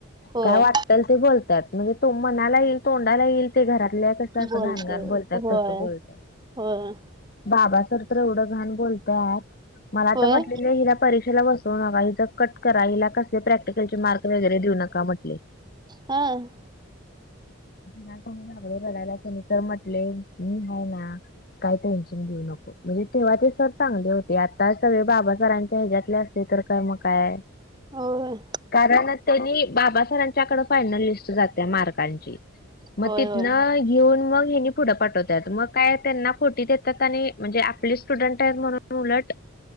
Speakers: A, on the right; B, on the left.
A: होय.
B: काय वाटतल ते बोलतात. म्हणजे त मनाला येईल तोंडाला येईल ते घरातल्या जस
A: बोलते
B: घाणगण बोलतात
A: होय
B: तसं बोलतात.
A: होय
B: बाबा तर एवढं घण बोलतयत. मला आता
A: होय.
B: म्हटलं हिला परीक्षेला बसवू नका हिचं कट करा हिला कसले प्रॅक्टिकलचे मार्क वगैरे देऊ नका म्हटले.
A: हम..
B: लागलो रडायला कनी तर सर म्हटले मी आहे ना, काही टेन्शन घेऊ नको, म्हणजे तेेव्हा ते सर चांगले होते आता सगळे बाबा सरांच्या ह्याच्या्यातले असते तर काय मग काय?
A: होय
B: कारण त्यांनी बाबा सहेरांच्याकडे फायनल लिस्ट जाते मार्कांची. मग
A: होय
B: तिथनं
A: होय
B: घेऊन मग हेनी पुढं पाठवतात मग काय त्यांना खोटी, आपले स्टुडन्ट आहेत म्हणून उलट